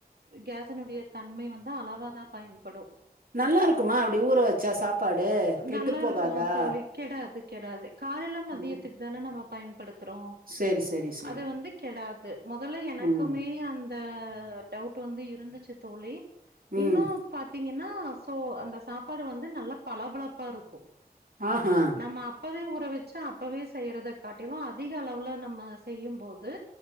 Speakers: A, on the right; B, on the right.
A: கேஸ்னுடைய தன்மை வந்து அளவாதா பயன்படும்
B: நல்லா இருக்குமா அப்டி ஊற வச்சா சாப்பாடு கெட்டு
A: நல்லாருக்கும்
B: போகாதா
A: தோழி. கெடாது கெடாது காலைல மதியத்துக்கு
B: ம்.
A: தானே நம்ம பயன்படுத்தறோ
B: சரி, சரி, சரி.
A: அது வந்து கெடாது மொதல்ல எனக்குமே
B: ம்,
A: கே அந்த டவுட் வந்து இருந்துச்சி தோழி இன்னும்
B: ம்.
A: பாத்தீங்கன்னா சோ அந்த சாப்பாடு வந்து நல்லா பளபளப்பா இருக்கும்
B: அ ஆ
A: நம்ம அப்பவே உறவிச்சு அப்பவே செய்யறத காட்டிலும் அதிக அளவுல நம்ம செய்யும் போ து